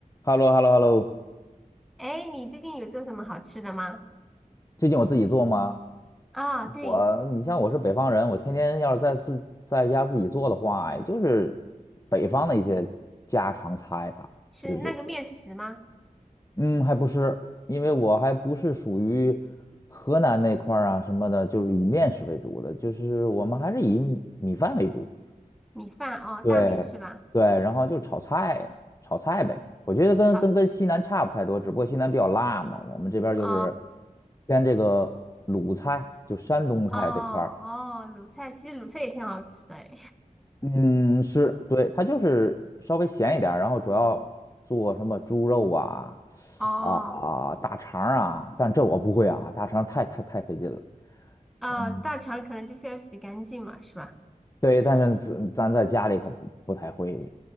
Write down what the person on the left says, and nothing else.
h e l l o h e l l o h e l l o
最近我自己做吗？
我，你像我是北方人，我天天要是在自在家自己做的话，也就是北方的一些家常菜吧，
就是这些。嗯，还不是，因为我还不是属于河南那块儿啊什么的，就是以面食为主的，就是我们还是以米饭为主。
对对，
然后就炒菜，炒菜呗。我觉得跟跟跟西南差不太多，
只不过西南比较辣嘛，我们这边儿就是
偏这个鲁菜，就山东菜这块儿。
嗯，是，对，它就是稍微咸一点儿然后主要做什么猪肉啊
啊啊大肠儿啊，但这我不会啊，大肠儿太太太费劲了。
嗯，
对，但是咱咱在家里可不不太会